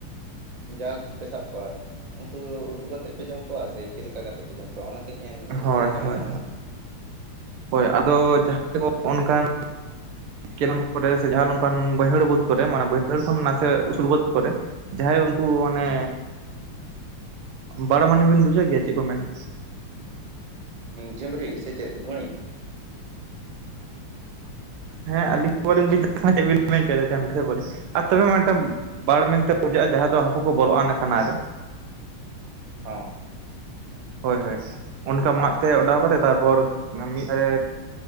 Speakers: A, on the right; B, on the right.
A: ᱡᱟ ᱜᱮᱞᱮ ᱥᱟᱵ ᱠᱚᱣᱟ ᱩᱱᱠᱩ ᱫᱚ ᱩᱛᱩ ᱠᱟᱛᱮᱫ ᱯᱮ ᱡᱚᱢ ᱠᱚᱣᱟ ᱥᱮ ᱪᱮᱫ ᱞᱮᱠᱟ ᱠᱟᱛᱮᱜ ᱯᱮ ᱡᱚᱢ ᱠᱚᱣᱟ ᱚᱱᱟ ᱠᱟᱹᱡ
B: ᱦᱳᱭ
A: ᱞᱟᱹᱭ ᱥᱟᱰᱮ
B: ᱦᱳᱭ
A: ᱟᱞᱟᱝ ᱢᱮ
B: ᱦᱳᱭ ᱟᱫᱚ ᱡᱟᱦᱟᱸᱭ ᱠᱚ ᱚᱱᱠᱟᱱ ᱠᱮᱞᱮᱱ ᱠᱚᱨᱮ ᱥᱮ ᱡᱟᱦᱟᱸ ᱚᱱᱠᱟᱱ ᱵᱟᱹᱭᱦᱟᱹᱲ ᱵᱟᱹᱫ ᱠᱚᱨᱮ ᱥᱮ ᱵᱟᱹᱭᱦᱟᱹᱲ ᱠᱷᱚᱱ ᱱᱟᱥᱮ ᱩᱥᱩᱞ ᱵᱟᱹᱫ ᱠᱚᱨᱮ ᱡᱟᱦᱟᱸᱭ ᱩᱱᱠᱩ ᱚᱱᱮ
A: ᱢᱮ?
B: ᱵᱟᱲ ᱢᱟᱱᱮ ᱵᱤᱱ ᱵᱩᱡᱷᱟᱹᱣ ᱜᱮᱭᱟ ᱪᱮᱫ ᱠᱚ ᱢᱮᱱᱟ
A: ᱡᱷᱤᱢᱵᱽᱨᱤ ᱥᱮ ᱪᱮᱫ ᱜᱷᱩᱸᱲᱤ
B: ᱦᱮᱸ ᱟᱹᱞᱤᱸᱜ ᱵᱟᱹᱞᱤᱧ ᱵᱩᱡᱫᱟ <unintelligible> ᱪᱮᱜ ᱵᱮᱱ ᱢᱮᱱᱪᱚᱭᱫᱟ <unintelligible> ᱟᱨ ᱛᱚᱵᱮ ᱢᱟᱛᱚᱢ᱾ ᱵᱟᱲ ᱢᱮᱱᱛᱮ ᱵᱩᱡᱟᱹᱜᱼᱟ ᱡᱟᱦᱟᱸ ᱫᱚ ᱦᱟᱹᱠᱩ ᱠᱚ ᱵᱚᱞᱚᱜᱼᱟ ᱠᱷᱟᱱᱟ ᱨᱮ
A: ᱦᱚᱸ
B: ᱦᱳᱭ ᱦᱳᱭ ᱚᱱᱠᱟ ᱢᱟᱫ ᱛᱮ ᱚᱰᱟᱣ ᱠᱟᱛᱮ ᱛᱟᱨᱯᱚᱨ ᱢᱤᱫ ᱫᱮ